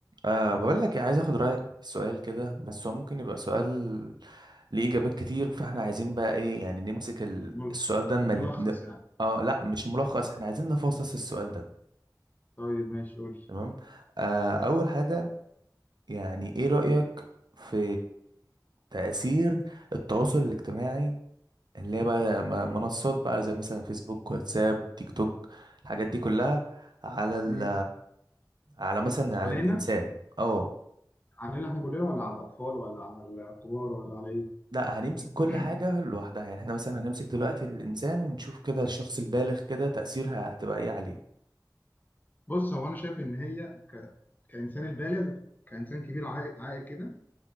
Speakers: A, on the right; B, on the left.
A: أه بقول لك إيه، عايز اخد رايك في سؤال كده بس هو ممكن يبقى سؤال ليه اجابات كتير فاحنا عايزين بقى ايه يعني نمسك ال-
B: مل-
A: السؤال ده نمل...
B: ملخص
A: ن...
B: يعني
A: اه لا مش ملخص احنا عايزين نفصص السؤال ده
B: طيب ماشي قول
A: تمام أه اول حاجه يعني ايه رايك في تاثير التواصل الاجتماعي اللي هي بقى م- منصات بقى زي مثلا فيسبوك واتساب تيك توك الحاجات دي كلها على ال
B: مم.
A: على مثلا على
B: علينا
A: الانسان اه
B: علينا احنا كلنا ولا على الاطفال ولا على الكبار ولا على ايه
A: لا هنمسك كل
B: <clears throat>
A: حاجة لوحدها يعني احنا مثلا هنمسك دلوقتي الإنسان ونشوف كده الشخص البالغ كده تأثيرها هتبقى ايه عليه
B: بص هو انا شايف ان هي ك... كانسان البالغ كانسان كبير عاقل عاقل كده